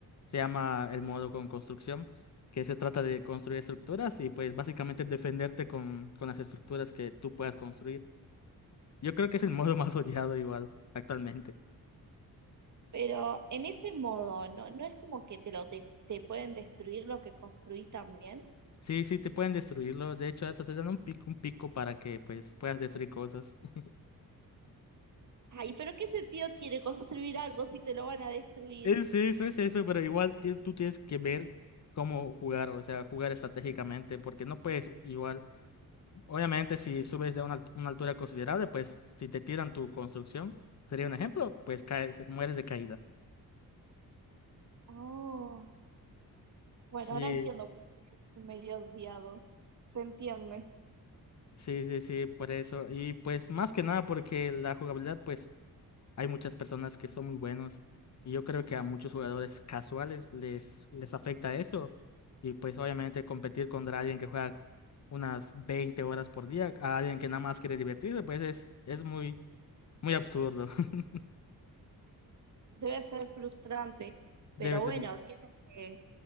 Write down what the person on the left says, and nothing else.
Se llama el modo con construcción, que se trata de construir estructuras y pues básicamente defenderte con, con las estructuras que tú puedas construir. Yo creo que es el modo <laughs> más odiado igual actualmente.
Sí, sí, te pueden destruirlo. De hecho, hasta te dan un pico, un pico para que pues puedas destruir cosas. <laughs>
Es sí, eso, es eso, pero igual ti- tú tienes que ver cómo jugar, o sea, jugar estratégicamente, porque no puedes igual. Obviamente, si subes de una, alt- una altura considerable, pues si te tiran tu construcción, sería un ejemplo, pues caes, mueres de caída.
Sí,
sí, sí, sí, por eso. Y pues más que nada porque la jugabilidad, pues Hay muchas personas que son muy buenos y yo creo que a muchos jugadores casuales les, les afecta eso. Y pues obviamente competir contra alguien que juega unas 20 horas por día, a alguien que nada más quiere divertirse, pues es, es muy, muy absurdo. <laughs>
Debe
ser
muy...